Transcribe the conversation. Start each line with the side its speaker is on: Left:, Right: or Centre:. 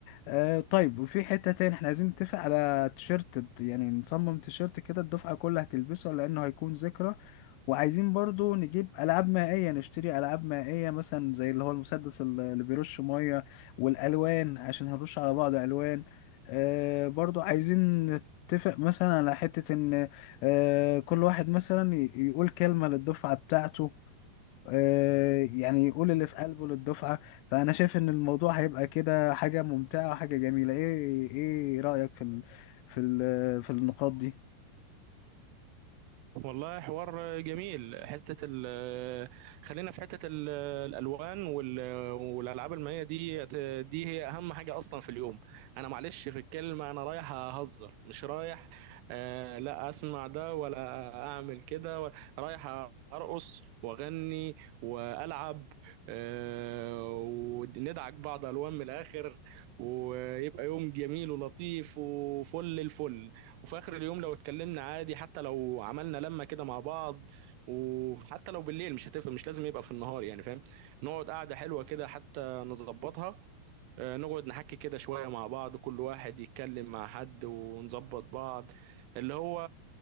Left: آه طيب وفي حتة تاني احنا عايزين نتفق على تيشيرت يعني نصمم تيشيرت كده الدفعة كلها هتلبسه لانه هيكون ذكرى وعايزين برضو نجيب ألعاب مائية نشتري ألعاب مائية مثلا زي اللي هو المسدس ال- اللي بيرش مية والألوان عشان هنرش على بعض ألوان آه برضو عايزين نتفق مثلا على حتة إن آه كل واحد مثلا ي- يقول كلمة للدفعة بتاعته آه يعني يقول اللي في قلبه للدفعة فأنا شايف إن الموضوع هيبقى كده حاجة ممتعة وحاجة جميلة إيه إيه رأيك في ال في ال في النقاط دي؟
Right: والله حوار جميل حتة ال خلينا في حتة ال- الألوان وال- والألعاب المائية دي دي هي أهم حاجة أصلا في اليوم أنا معلش في الكلمة أنا رايح أهزر مش رايح آه لا أسمع ده ولا أعمل كده ولا- رايح أرقص وأغني وألعب آه وندعك بعض ألوان من الآخر ويبقى يوم جميل ولطيف وفل الفل وفي اخر اليوم لو اتكلمنا عادي حتى لو عملنا لمه كده مع بعض وحتى لو بالليل مش هتفرق مش لازم يبقى في النهار يعني فاهم نقعد قعده حلوه كده حتى نظبطها آه، نقعد نحكي كده شويه مع بعض كل واحد يتكلم مع حد ونظبط بعض اللي هو